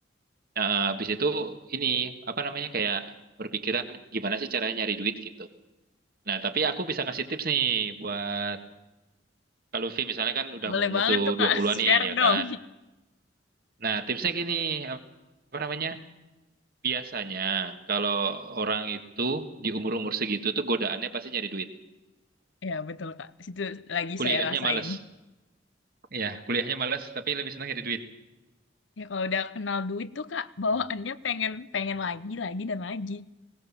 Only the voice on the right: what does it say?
eh, habis itu ini apa namanya kayak berpikiran gimana sih caranya nyari duit gitu. Nah, tapi aku bisa ngasih tips nih buat kalau Luffy misalnya kan udah
mau umur
tuh
20-an
nih ya
kan. Nah, tipsnya gini, apa namanya? Biasanya kalau orang itu di umur-umur segitu tuh godaannya pasti nyari duit.
Kuliahnya
males. Iya, kuliahnya males tapi lebih senang nyari duit.